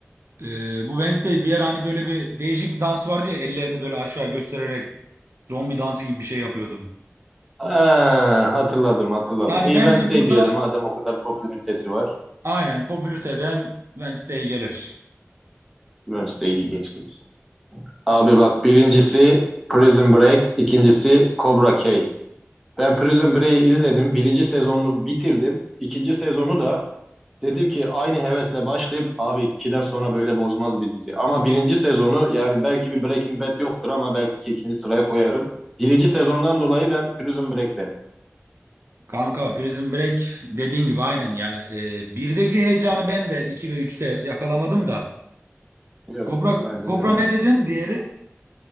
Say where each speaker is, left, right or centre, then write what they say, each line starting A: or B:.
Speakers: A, on the right (about 55°); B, in the centre.
A: E, bu Wednesday bir yer hani böyle bir değişik bir dans vardı ya ellerini böyle aşağı göstererek zombi dansı gibi bir şey yapıyordun.
B: Ha, hatırladım hatırladım.
A: Yani
B: İyi
A: bence
B: Wednesday
A: burada
B: diyelim madem o kadar popülaritesi var.
A: aynen popülariteden Wednesday gelir.
B: Wednesday'i geç gitsin. Abi bak birincisi Prison Break, ikincisi Cobra Kai. Ben Prison Break'i izledim. Birinci sezonunu bitirdim. İkinci sezonu da Dedim ki aynı hevesle başlayayım. Abi ikiden sonra böyle bozmaz bir dizi. Ama birinci sezonu yani belki bir Breaking Bad yoktur ama belki ikinci sıraya koyarım. Birinci sezondan dolayı ben Prison Break derim.
A: Kanka Prison Break dediğin gibi aynen ya. Ee, birdeki heyecanı ben de 2 ve üçte yakalamadım da.
B: Evet,
A: Kobra,
B: Aynen
A: Kobra
B: öyle.
A: ne dedin diğeri?